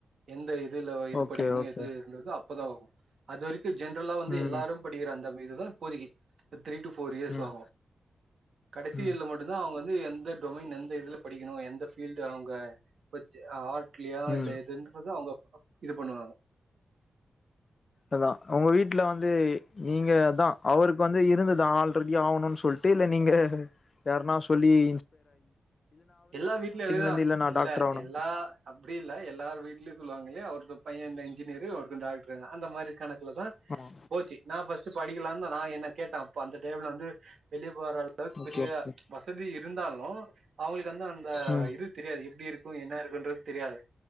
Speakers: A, on the right; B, on the left.
A: எந்த இதுல எது
B: ஓகே
A: படிக்கணு
B: ஓகே
A: எதுன்றது அப் பதா ஆகு அது வரைக்கு ஜென்ரலா வந்து
B: ம்
A: எல்லாரு படிகிற அந்த இதுதா இப்போதைக்கி த்ரீ டூ ஃபோர் இயர்ஸ்
B: ம்
A: ஆகு கடைசி
B: ம்
A: இயர்ல மட்டுந்தா அவுங்க வந்து எந்த டொமைன் எந்த இதுல படிக்கணு எந்த பீல்டு அவுங்க பட்ச்சி ஹாட்லியா இல்ல
B: ம்
A: எதுன்றது அவுங்க இது பண்ணுவாங்க
B: அதா உங்க வீட்ல வந்து நீங்க தா அவருக்கு வந்து இருந்தது ஆல்ரெடி ஆவுணுன் சொல் ட்டே இல்ல நீங்க யாருன்னா சொல்லிஇ
A: எல்லா வீட்லயும் எதுதான்
B: இருந்து நா
A: இல்ல
B: டாக்டர் ஆவணு
A: எல்லா அப்படி இல்ல எல்லாரும் வீட்லயும் சொல்லுவாங்க அவருக்கொரு பையன் இன்ஜினியர் ஒருத டாக்டர் அந்த மாதிரி கணக்கல தான்
B: ஆமா
A: போச்சு நான் பஸ்ட் படிக்கலாம்ன நான் என்ன கேட்டேன்ப்ப அந்த டேம் வந்து வெளிய வர அளவுக்கு
B: ஓகே
A: பெரிய
B: ஓகே
A: வசதி இருந்தாலும் அவங்களுக்கு வந்த அந்த
B: ம்
A: இது தெரியாது எப்படி இருக்கும் என்ன இருக்குன்றது தெரியாது